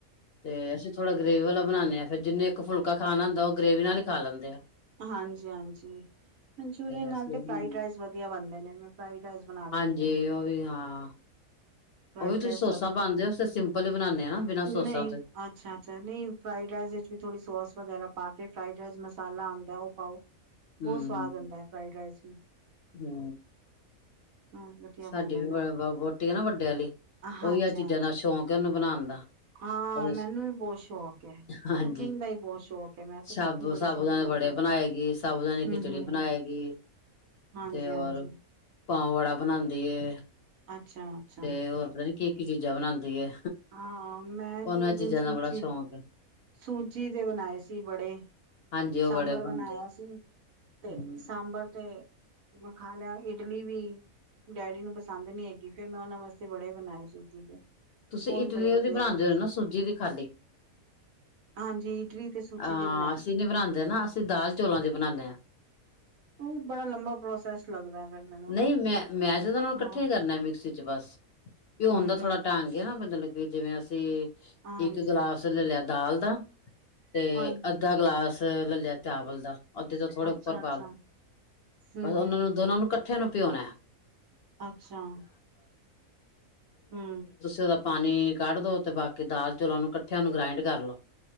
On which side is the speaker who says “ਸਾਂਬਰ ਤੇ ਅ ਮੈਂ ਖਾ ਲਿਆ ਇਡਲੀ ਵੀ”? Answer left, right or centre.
Right